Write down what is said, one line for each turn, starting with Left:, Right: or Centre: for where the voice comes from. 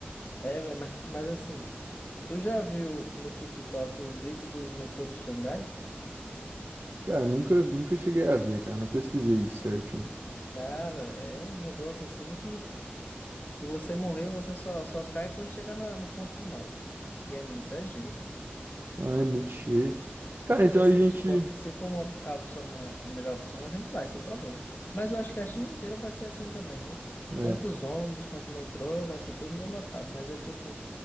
Left: É, mas, mas mas, assim, tu já viu no TikTok os vídeos dos metrô de Xangai?
Right: Cara, nunca nunca cheguei a ver, cara, não pesquisei isso certinho.
Left: Cara, é um negócio assim que Se você morrer, você só, só cai quando chegar na- no ponto final, que é muita gente.
Right: Ah, é muito cheio.
Left: Mas
Right: Cara, então
Left: assim,
Right: a gente
Left: tipo, se for uma, op- a opção, ma- a melhor opção, a gente vai, sem problema. Mas eu acho que a China inteira vai ser assim também, né?
Right: é.
Left: Tanto os ônibus quanto o metrô, vai ser tudo meio lotado. Mas é tipo